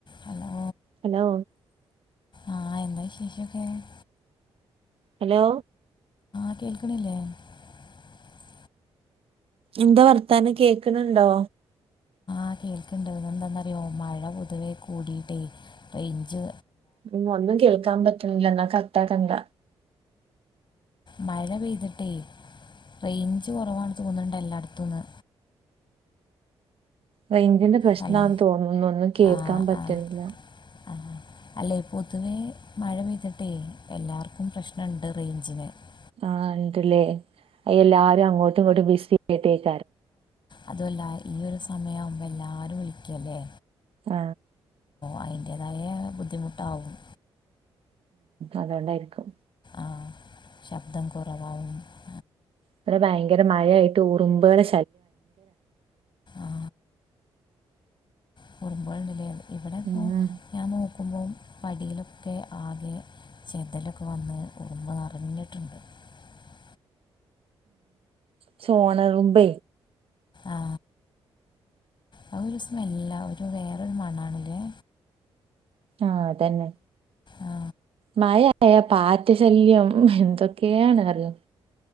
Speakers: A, on the left; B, on the right.
A: Hello
B: hello
A: ആഹ് എന്താ ശേഷൊക്കെ <inaudible>
B: hello
A: <inaudible>
B: എന്താ വർത്താനം കേക്കണണ്ടോ
A: അകേൾക്കുന്നുണ്ട് പിന്നെ എന്നറിയോ മഴ പൊതുപെ കൂട്ടീട്ടെ റെയ്ഞ്ച്
B: ഉ ഒന്നും കേൾക്കാൻ പറ്റുന്നില്ല എന്ന കട്ടാക്കണ്ട
A: മഴ പെയ്തിട്ടേ റേഞ്ച് കൊറവാണെന്ന്തോന്നണ്ട എല്ലായിടത്തുന്ന്
B: റെയിഞ്ചിന്റെ പ്രശ്നാന്ന്
A: ഹലോ
B: േതാന്നുന്നു ഒന്നുംകേക്കാൻ
A: ആഹ്
B: പറ്റുന്നില്ല
A: ആഹ് <unintelligible> <unintelligible>
B: ആഹ ഉണ്ടല്ലേ അ എല്ലാരും അങ്ങോട്ടും ഇങ്ങോട്ടും ബിസി ആയിട്ടേ <unintelligible>
A: അതല്ല ഈ ഒരു സമയവുമ്പോ എല്ലാരും വിളിക്കല്ലേ
B: ആ
A: അതിൻറേതായ ബുദ്ധിമുട്ടാവും
B: അതുകൊണ്ടായിരിക്കും
A: ആ ശബ്ദം കുറവാവുംവും <unintelligible>
B: അവടെ ഭയങ്കര മഴയായിട്ട് ഉറുമ്പുകള്
A: ആ കുറുമ്പോൾണ്ടല്ലേ ഇവിടെപ്പോ
B: ഉം
A: ഞാൻ നോ <unintelligible> പടിയിലൊക്കെ ആകെ ചെതലൊക്കെ വന്ന് ഉറുമ്പ് നിറഞ്ഞിട്ടുണ്ട് <unintelligible>
B: ചോണനുറുമ്പ
A: ആ അത ഒരു സ്മെല്ലാ ഒരു വേറരു മണ്ണാണല്ലേ
B: ആ അത് തന്നെ
A: ആ
B: മഴ അയാൾ പാറ്റ ശല്യം എന്തൊക്കെയാണ് അറിയാം